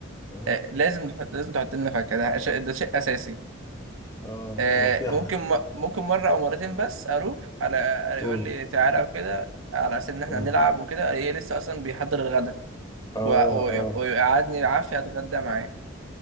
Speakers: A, on the left; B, on the right.
A: اه
B: آه، لازم تحط لازم تحط لنا فاكهة ده شيء ده شيء اساسي
A: اه
B: آه،
A: هو في
B: ممكن
A: احلى
B: م- ممكن مرة أو مرتين بس أروح على على
A: امم
B: يقول لي تعالى وكده على أساس إن إحنا
A: اه
B: هنلعب وكده ألاقيه لسه أصلا بيحضر الغدا
A: اه
B: و- و-
A: اه
B: ويقعدني العافية أتغدى معاه